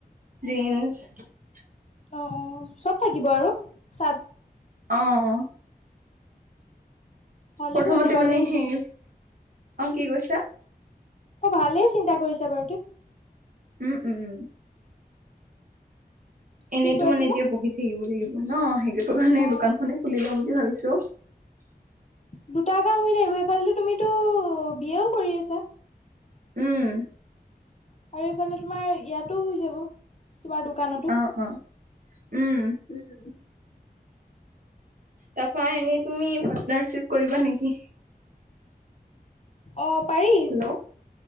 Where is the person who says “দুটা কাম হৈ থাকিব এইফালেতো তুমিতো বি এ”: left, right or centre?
Left